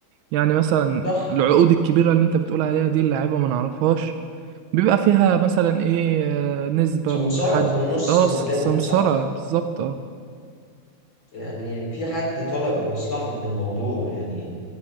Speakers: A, on the right; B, on the left.
A: يعني مثلا
B: صح
A: العقود الكبيرة اللي أنت بتقول عليها دي اللاعيبة ما نعرفهاش بيبقى فيها مثلا إيه آه، نسبة
B: سمسارة
A: لحد
B: في النص
A: اه
B: ما
A: س-
B: بينهم
A: سمسرة
B: صح
A: بالظبط اه
B: يعني في حد طالع بمصلحة من الموضوع يعني